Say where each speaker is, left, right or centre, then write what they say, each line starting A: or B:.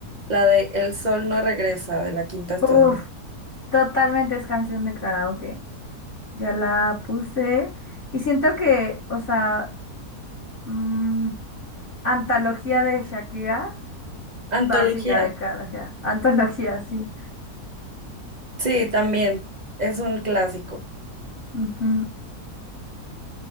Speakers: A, on the right; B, on the left.
A: la de El sol no regresa de la Quinta Estación.
B: Ujú. Uf, totalmente es canción de karaoke. Ya la puse. Y siento que, o sea, mm, antología de Shakira,
A: Antología.
B: básica de karaoke. Antología, sí.
A: Sí, también es un clásico.
B: Ujú.